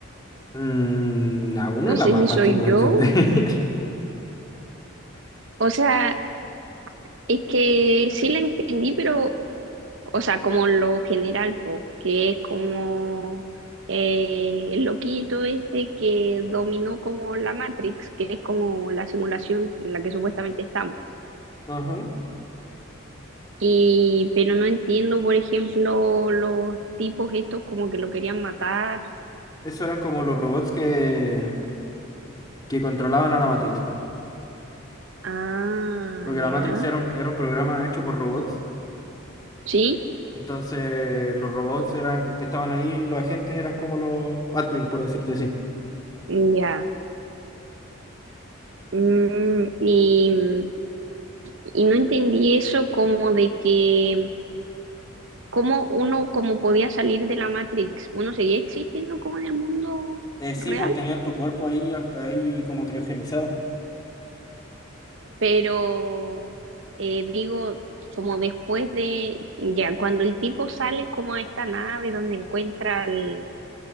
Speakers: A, on the left (about 20°); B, on the right (about 60°).
A: Mm, a uno
B: No
A: la
B: sé
A: más
B: si
A: fácil
B: soy
A: de
B: yo.
A: entender. <laughs>
B: O sea, es que sí la entendí, pero, o sea, como lo general, pues, que es como eh, el loquito este que dominó como la Matrix, que es como la simulación en la que supuestamente estamos.
A: Ajá.
B: Y, pero no entiendo, por ejemplo, los tipos estos como que lo querían matar.
A: Eso eran como los robots que, que controlaban a la Matrix, po.
B: Ah,
A: Porque la
B: ya.
A: Matrix era un, era un programa hecho por robots.
B: Sí,
A: Entonces, los robots eran que estaban ahí, los agentes eran como los admin, por decirte así.
B: mm, ya. Mm, y, y no entendí eso como de que, cómo uno como podía salir de la Matrix, uno seguía existiendo como en el mundo
A: Eh, sí,
B: real,
A: pues tenían tu cuerpo ahí, ar- ahí como criogenizado.
B: pero eh, digo, como después de, ya, cuando el tipo sale como a esta nave donde encuentra al-